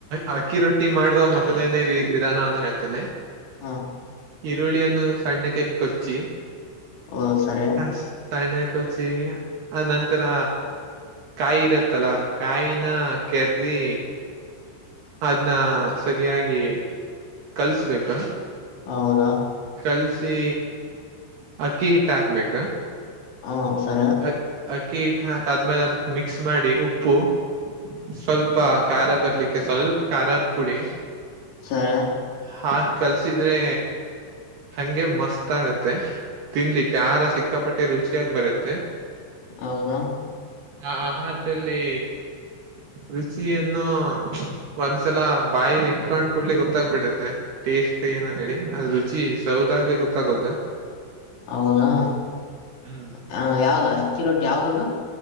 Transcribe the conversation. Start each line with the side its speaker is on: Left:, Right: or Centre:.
Right: ಅಕ್ಕಿ ರೊಟ್ಟಿ ಮಾಡುವ ಮೊದಲನೇ ವಿ ವಿಧಾನವವನ್ನು ಹೇಳ್ತಿನಿ.
Left: ಹಾ
Right: ಈರುಳ್ಳಿಯನ್ನು ಸಣ್ಣಕ್ಕೆ ಕೊಚ್ಚಿ
Left: ಓ ಸರಿ
Right: ಹ ಸರ್ ಸಣ್ಣ ಕೊಚ್ಚಿ ಆ ನಂತನ ಕಾಯಿ ಇರತ್ತಲ್ಲ, ಕಾಯಿನ ಕೆರ್ದಿ ಅದನ್ನ ಸರಿಯಾಗಿ ಕಳ್ಸ್ಬೇಕು.
Left: ಹೌದಾ
Right: ಕಲ್ಸಿ ಅಕ್ಕಿ ಹಿಟ್ ಹಾಕ್ಬೇಕು
Left: ಹ್ಮ್ ಸಾರೆ
Right: ಅಕ್ಕಿ ಅಕ್ಕಿ ಹಿಟ್ಟು ಹಾಕ ಆದ್ಮೇಲೆ ಅದಕ್ ಮಿಕ್ಸ್ ಮಾಡಿ ಉಪ್ಪು ಸ್ವಲ್ಪ ಖಾರ ಬರ್ಲಿಕ್ಕೆ ಸ್ವಲ್ಪ ಖಾರದ್ ಪುಡಿ.
Left: ಸರಿ
Right: ಹಾಕ ಕಳ್ಸಿದ್ದೆ ಹಂಗೆ ಮಸ್ತ್ ಆಗತ್ತೆ ತಿನ್ಲಿಕ್ಕೆ ಆಹಾರ ಸಿಕ್ಕಾಪಟ್ಟೆ ರುಚಿಯಾಗಿ ಬರುತ್ತೆ.
Left: ಹೌದಾ.
Right: ಆ ಆಹಾರದಲ್ಲಿ ರುಚಿಯನ್ನು ಒಂದ್ಸಲ ಬಾಯಲಿ ಇಟ್ಕೊಂಡ್ ಕೂಡ್ಲಿ ಗೊತ್ತಾಗ್ಬಿಡುತ್ತೆ ಟೇಸ್ಟ್ ಏನ ಹೇಳಿ ಅ ರುಚಿ ಸೌದ ಆಗಲಿ ಗೊತ್ತಾಗೋದು.
Left: ಹೌದಾ
Right: ಹ್ಮ್
Left: ಹ ಯಾವ್ದ ಅಕ್ಕಿ ರೊಟ್ಟಿ ಯಾವ್ದದು.